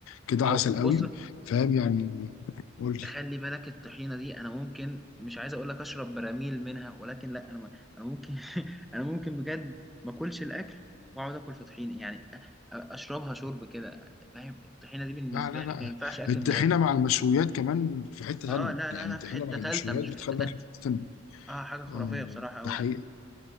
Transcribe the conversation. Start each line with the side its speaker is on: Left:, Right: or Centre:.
Left: كده
Centre: اهو
Left: عسل قوي
Centre: بص
Left: فاهم يعني قول لي
Centre: خلي بالك الطحينه دي انا ممكن مش عايز اقول لك اشرب براميل منها ولكن لا انا م- انا ممكن <laughs> انا ممكن بجد ما اكلش الاكل واقعد اكل في طحينه يعني أ- أ- اشربها شرب كده فاهم الطحينه دي بالنسبه
Left: لا لا لا
Centre: لي ما ينفعش اكل
Left: الطحينه
Centre: من غيرها
Left: مع المشويات كمان في حته
Centre: اه
Left: ثانيه
Centre: لا
Left: يعني
Centre: لا لا
Left: الطحينه
Centre: في حته
Left: مع المشويات
Centre: تالته مش
Left: بتخليك
Centre: في حته تانيه
Left: في حته ثانيه
Centre: اه حاجه خرافيه
Left: آه،
Centre: بصراحه
Left: ده
Centre: قوي
Left: حقيقي
Centre: يعني